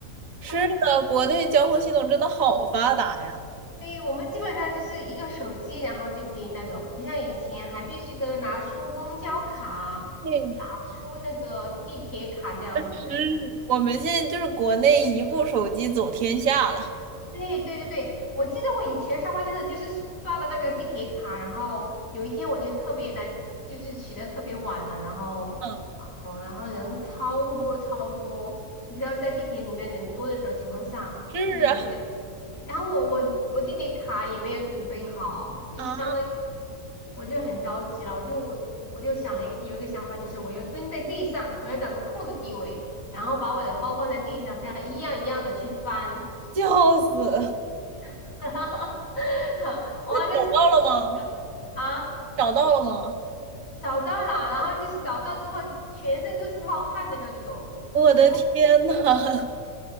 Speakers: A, on the right; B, on the left.
A: 是的，
B: 他们，
A: 国内交通系统真的好发达呀。
B: 对，我们基本上就是一个手机，然后就可以那个，不像以前还必须得拿出公交卡，
A: 对，
B: 拿出那个地铁卡这样子。
A: 是，我们现在就是国内一部手机走天下了。
B: 对对对对，我记得我以前上班的时候就是刷的那个地铁卡，然后有一天我就特别来，就是起得特别晚了，然后啊，
A: 嗯，
B: 哦然后人超多超多，你知道在地铁里面人多的时候情况下，
A: 是啊，
B: 你还然后我我我地铁卡也没有准备好，就是相当于
A: 啊，
B: 我就很着急了，我就我我就想了一有一个想法，就是我要蹲在地上，我要找个空的地位，然后把我的包放在地上，这样一样一样的去翻。
A: 笑死！
B: <laughs> 哈哈哈！
A: 那找到了吗？
B: 哇，那是真的啊！
A: 找到了吗？
B: 找到了，然后就是找到之后，全身都是冒汗的那种。
A: 我的天呐，
B: 因为，
A: <laughs>